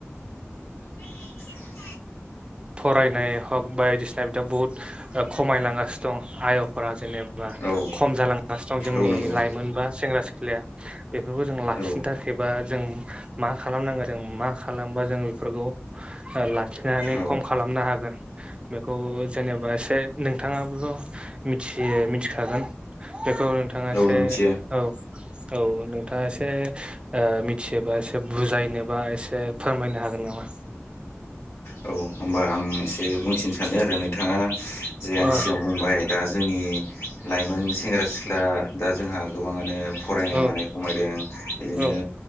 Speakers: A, on the left; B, on the right.
A: <inaudible>
B: फरायनाय हग बायदिसिना बिदिा बुहुत खमायलांगासिनो दं आय'फोरा जेनेब बां
A: औ
B: खम जालांगासिनो दं जोंनि
A: औ नंगौ
B: लाइमोन बा सेंग्रा सिख्लाया बेफोरखौ जों लाखिनो
A: औ
B: थाखायबा जों मा खालामनांगोन जों मा खालामबा जों जों बेफोरखौ ओ खिनानै
A: औ
B: खम
A: औ
B: खालामनो हागोन बेखौ जेनेबा एसे नोंथाङाबोथ' मिथि थियो मिथिखागोन बेखौ नोंथाङा एसे
A: मिथियो
B: औ औ नोंथाङा एसे ओ मिथियोबा एसे बुजायनोबा एसे फोरमायनो हाग जोनामा
A: औ होनोमबा आं एसे बुंथिनो सानो आरो नोंथाङा जे आंनि
B: औ
A: सिगांव बुंबाय दा जोंनि लाइमोन सेंग्रा सिख्ला दा जोंहा गोबाङानो फरायनाय
B: औ
A: मानाय खमायदों बिदिनो
B: औ